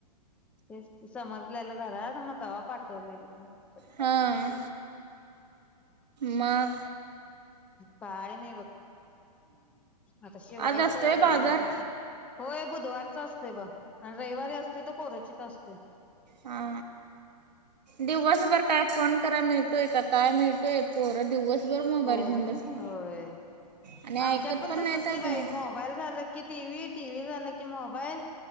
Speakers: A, in the centre; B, on the right (about 85°).
A: तेच की समजलेलं घरात. म तवा पाठवलेली. हा. <unintelligible>
B: हा. म.
A: काय नाही बघ आता शिवायचं
B: आज असतोय बाजार
A: जरा आवरायच. होय बुधवारचं असतय बघ. आन रविवारी असतोय तो कोरोचीत. च असतय.
B: हा दिवसभर काय फोन कराय मिळतोय क काय मिळतोय? पोरं दिवसभर मोबाईल
A: पोर
B: घेऊन बसतो
A: होय.
B: आणि ऐकत
A: आमच्यात पण तसच
B: नाही तर
A: की
B: गं.
A: बाई मोबाईल झालं की टीव्ही, टीव्ही झाला की मोबाईल.